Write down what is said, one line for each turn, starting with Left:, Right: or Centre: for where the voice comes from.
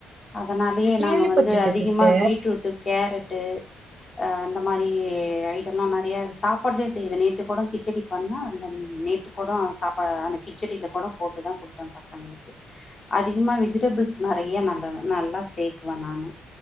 Left: அதனாலயே
Right: நா கேள்விப்பட்டிருக்கே
Left: நாங்க வந்து அதிகமா
Right: சிஸ்டர்
Left: பீட்ரூட்டு் கேரட்டு அ அந்த மாரி யே ஐட்டலா நெறையா சாப்பாட்லயே செய்வே நேத்து கூட கிச்சடி பண்ண அந்த நேத்து கூட சாப்பாடு அந்த கி கிச்சடியில கூட போட்டு தா குடுத்த பசங்களுக்கு அதிகமா வெஜிடபிள்ஸ் நெறையா நல்ல நல் நல்லா சேக்குவ நானு